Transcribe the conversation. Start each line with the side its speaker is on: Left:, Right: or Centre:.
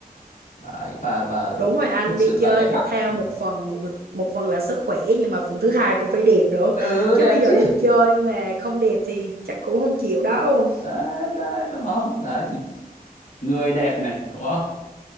Left: đấy và và
Right: Đúng rồi anh,
Left: thực sự
Right: đi
Left: là
Right: chơi
Left: đẹp
Right: thể
Left: lắm
Right: thao
Left: ừ
Right: một phần một phần là sức khỏe, nhưng mà phần thứ hai cũng phải đẹp nữa.
Left: Ừ,
Right: Chứ
Left: đẹp
Right: bây giờ
Left: chứ
Right: đi chơi mà không đẹp thì chắc cũng không chịu đâu.
Left: đấy đấy đúng không đấy thì người đẹp này đúng không